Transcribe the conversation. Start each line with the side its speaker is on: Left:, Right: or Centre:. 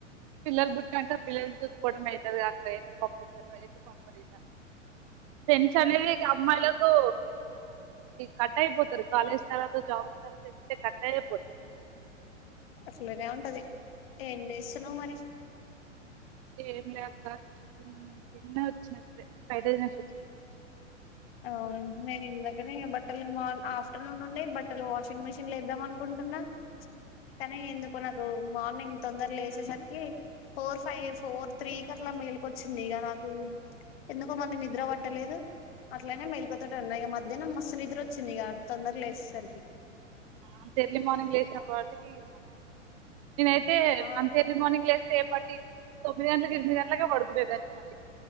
Right: పిల్లలు పుట్టినంక పిల్లలు చూసుకోవడం అయితది గా అక్క ఎత్తుకో పంపలేదా ఫ్రెండ్స్ అనేది అమ్మాయిలకు కట్ అయిపోతారు కాలేజ్ తర్వాత జాబ్ తర్వాత అయిపోతారు
Left: అట్లనే ఉంటది ఏం చేస్తున్నావ్ మరి
Right: ఏం లే అక్క తిన్న వచ్చిన ఇప్పుడే ఫ్రైడ్ రైస్
Left: అవును నేను ఇందకని బట్టలు మార్ ఆఫ్టర్నూన్ నుండి బట్టలు వాషింగ్ మెషిన్ల వేద్దామనుకుంటున్న కానీ ఎందుకు నాకు మార్నింగ్ తొందర లేచేసరికి ఫోర్ ఫైవ్ ఫోర్ త్రీకి అట్లా మేలుకొచ్చింది ఇగ నాకు ఎందుకో మళ్ళీ నిద్ర పడ్డలేదు అట్లనే మెలికతోటే ఉన్నా ద్యానం మస్తు నిద్రొచ్చింది గా తొందర లేస్ సరికి
Right: అంత ఎర్లీ మార్నింగ్ లేేసే వాటి ఇయ్యో నేనై తే
Left: ఆ
Right: అంతెర్లీ మార్నింగ్ లేస్తేపాటి తొమ్మిది గంటలకి ఎనిమిది గన్ ట్లాగే పడుకునేదాన్ని మళ్ళీ